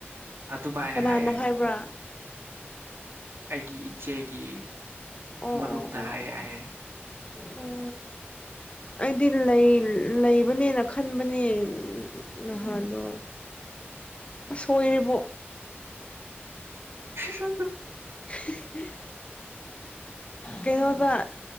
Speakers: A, on the right; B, on the left.
A: ꯑꯗꯨꯃꯥꯏꯅ
B: ꯀꯅꯥꯅꯣ
A: ꯍꯥꯏꯌꯦ
B: ꯍꯥꯏꯕ꯭ꯔꯥ
A: ꯑꯩꯒꯤ ꯏꯆꯦꯒꯤ
B: ꯑꯣ
A: ꯃꯔꯨꯞꯅ
B: ꯑꯣ ꯑꯣ
A: ꯍꯥꯏ ꯍꯥꯏ
B: ꯑꯣ ꯑꯩꯗꯤ ꯂꯩꯕꯅꯤꯅ ꯈꯟꯕꯅꯦ ꯅꯍꯥꯥꯟꯗꯣ ꯑꯁ ꯁꯣꯏꯔꯦꯕꯣ
A: ꯍꯨ ꯍꯨ ꯍꯝ
B: unintelligible ꯀꯩꯅꯣꯗ